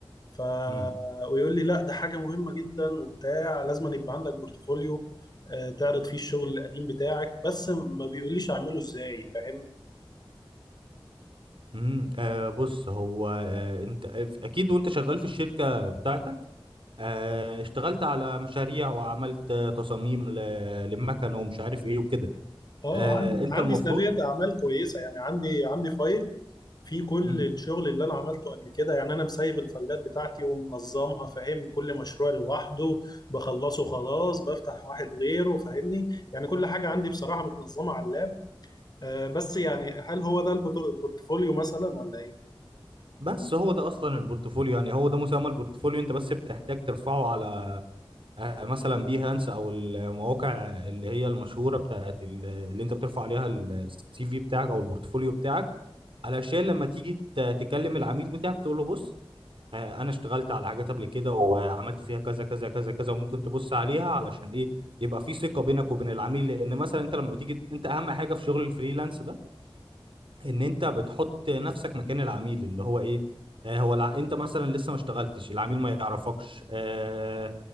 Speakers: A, on the left (about 45°); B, on the right (about 65°).
A: ف
B: امم
A: ويقول لي لا ده حاجه مهمه جدا وبتاع لازم أن يبقى عندك بورتفوليو آه، تعرض فيه الشغل القديم بتاعك بس ما بيقوليش اعمله ازاي فاهم
B: امم آه بص هو آه انت اكيد وانت شغال في الشركة بتاعتك آه اشتغلت على مشاريع وعملت آه، تصاميم ل- للمكن ومش عارف ايه وكده
A: اه
B: آه
A: عندي
B: انت
A: عندي
B: المفروض
A: سابقة اعمال كويسه يعني عندي عندي فايل فيه كل
B: مم.
A: الشغل اللي انا عملته قبل كده يعني انا مسيف الفايلات بتاعتي ومنظمها فاهم كل مشروع لوحده بخلصه خلاص بفتح واحد غيره فاهمني يعني كل حاجه عندي بصراحه متنظمه على اللاب آه بس يعني هل هو ده البتو- البورتفوليو مثلا ولا ايه
B: بس هو ده اصلا البورتفوليو يعني هو ده مسمى البورتفوليو انت بس بتحتاج ترفعه على آه مثلا بيهانس او المواقع اللي هي المشهورة بتاعت ال- اللي انت بترفع عليها السي في بتاعك او البورتفوليو بتاعك علشان لما تيجي ت- تكلم العميل بتاعك تقول له بص آه، انا اشتغلت على حاجات قبل كده وعملت فيها كذا كذا كذا كذا وممكن تبص عليها علشان ايه يبقى في ثقة بينك وبين العميل لان مثلا انت لما بتيجي انت اهم حاجة في شغل الفريلانس ده ان انت بتحط نفسك مكان العميل اللي هو ايه آه، هو الع... انت مثلا لسه ما اشتغلتش العميل ما يعرفكش آه،